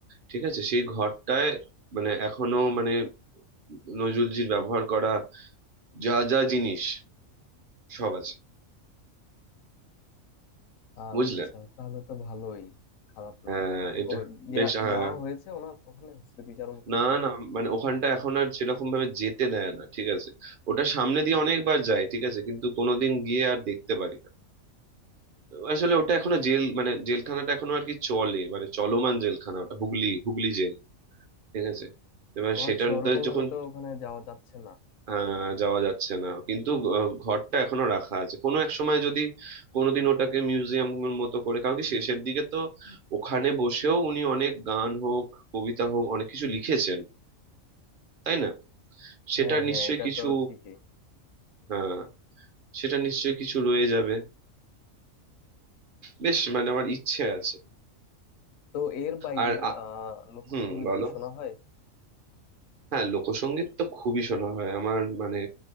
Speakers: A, on the right; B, on the left.
A: ঠিক আছে সেই ঘরটায় মানে এখনো মানে নজরুলজির ব্যবহার করা যা যা জিনিস সব আছে
B: আচ্ছা
A: বুঝলে
B: তাহলে তো ভালোই খারাপ
A: হ্যাঁ
B: না ও
A: এটা
B: ও গিয়া-
A: বেশ হ্যাঁ,
B: যাওয়া হয়েছে ওনার ওখানে স্মৃতিচারণ করতে
A: না না মানে ওখানটা এখন আর সেরকম ভাবে যেতে দেয় না ঠিক আছে ওটা সামনে দিয়ে অনেকবার যায় ঠিক আছে কিন্তু কোনোদিন গিয়ে আর দেখতে পারি না আসলে ওটা এখনো জেল মানে জেলখানাটা এখনো আর কি চলে মানে চলমান জেলখানা ওটা হুগলি হুগলি জেল ঠিক আছে এবার
B: ও
A: সেটাতে
B: আচ্ছা ওরকম
A: যখন
B: হলে তো ওখানে যাওয়া যাচ্ছে না
A: আহ, যাওয়া যাচ্ছে না কিন্তু আহ, ঘরটা এখনো রাখা আছে কোনো এক সময় যদি কোনোদিন ওটাকে মিউজিয়ামের মতো করে কারণ কি শেষের দিকে তো ওখানে বসেও উনি অনেক গান হোক কবিতা হোক অনেক কিছু লিখেছেন তাই না সেটার
B: হ্যাঁ হ্যাঁ
A: নিশ্চয়ই
B: এটা
A: কিছু
B: তো ঠিকই
A: হ্যাঁ সেটা নিশ্চয়ই কিছু রয়ে যাবে বেশ মানে আমার ইচ্ছে আছে
B: তো এর বাইরে
A: আর আ-
B: আহ লোকসঙ্গীত
A: হুম বলো
B: কি শোনা হয়
A: হ্যাঁ লোকসঙ্গীত তো খুবই শোনা হয় আমার মানে